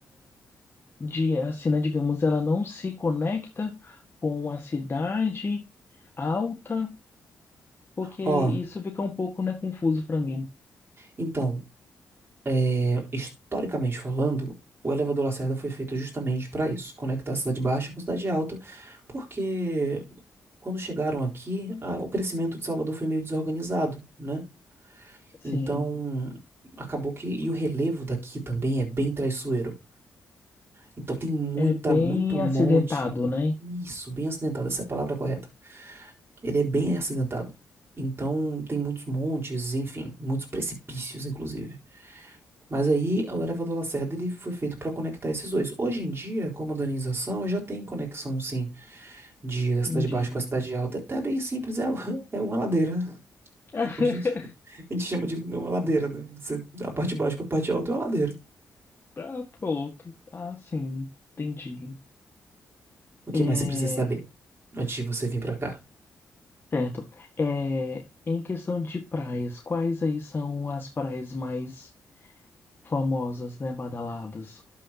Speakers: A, on the left (about 35°); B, on the right (about 35°).
A: de, assim, né, digamos, ela não se conecta com a cidade alta, porque
B: Ó,
A: isso fica um pouco, né, confuso para mim.
B: então, é, historicamente falando, o elevador Lacerda foi feito justamente para isso, conectar a cidade baixa com a cidade alta, porque quando chegaram aqui, a- o crescimento de Salvador foi meio desorganizado, né?
A: Sim,
B: Então, acabou que. E o relevo daqui também é bem traiçoeiro. Então, tem muita,
A: é bem
B: muito monte.
A: acidentado, né?
B: Isso, bem acidentado, essa é a palavra correta. Ele é bem acidentado. Então, tem muitos montes, enfim, muitos precipícios, inclusive. Mas aí, o elevador Lacerda, ele foi feito para conectar esses dois. Hoje em dia, com a modernização, já tem conexão, sim, de, da
A: Entendi.
B: cidade baixa com a cidade alta. É até bem simples, é, <laughs> é uma ladeira.
A: <laughs>
B: Hoje <laughs> a gente chama de uma ladeira, né? Você- a parte baixa com a parte alta é uma ladeira.
A: Ah, pronto. Ah, sim. Entendi.
B: O que
A: É,
B: mais você precisa saber antes de você vir pra cá?
A: certo. É, em questão de praias, quais aí são as praias mais famosas, né, badaladas